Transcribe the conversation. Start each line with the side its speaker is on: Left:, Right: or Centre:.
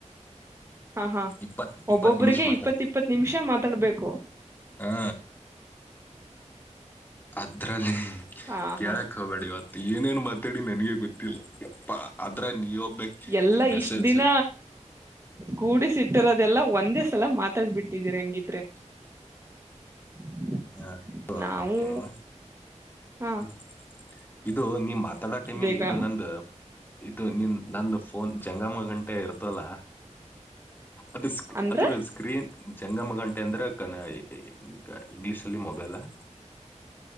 Right: ಹಾ ಹಾ
Left: ಇಪ್ಪತ್ ಇಪ್ಪತ್
Right: ಒಬ್ಬೊಬ್ರಿಗೆ
Left: ನಿಮಿಷ ಮಾತಾ
Right: ಇಪ್ಪತ್ ಇಪ್ಪತ್ ನಿಮ್ಷ ಮಾತಾಡ್ಬೇಕು.
Left: ಹಾ ಅದ್ರಲ್ಲಿ
Right: ಹ
Left: ಕೇಳಕ್
Right: ಹಾ
Left: ಹೋಗ ಬೇಡ ಇವತ್ತು ಏನೇನ್ ಮಾತಾಡಿ ನನಗೆ ಗೊತ್ತಿಲ್ಲ ಪ್ಪ ಅದ್ರ ನಿನೊಬ್ಬಕಿ
Right: ಎಲ್ಲಾ
Left: ಮೆಸೇಜ್
Right: ಇಷ್ಟ್ ದಿನ ಕೂಡಿಸಿಟ್ಟಿರೋದೆಲ್ಲ ಒಂದೇ ಸಲ ಮಾತಾಡ್ಬ ಬಿಟ್ಟಿದೀರಿ ಹಂಗಿದ್ರೆ <inaudible>
Left: ಹಾ
Right: ನಾವು
Left: ಏನು
Right: ಹಾ
Left: ಹ್ಮ <inaudible> ಇದು ನಿಮ್ ಆದ ಟೈಮಿಗೆ
Right: ಬೇಗ
Left: ಇದು ನಂದು ಇದು ನಿನ್ ನಂದ ಫೋನ್ ಜಂಗಮ್ಮ ಗಂಟೆ ಇರ್ತಲ್ಲ ಅದ
Right: ಅಂದ್ರೆ
Left: ಅದ್ರ ಸ್ಕ್ರೀನ್ ಜಂಗಮ ಗಂಟೆ ಅಂದ್ರೆ ಗನ ಕ ಇಂಗ್ಲಿಷ್ ಅಲ್ಲಿ ಮೊಬೈಲ್ <unintelligible>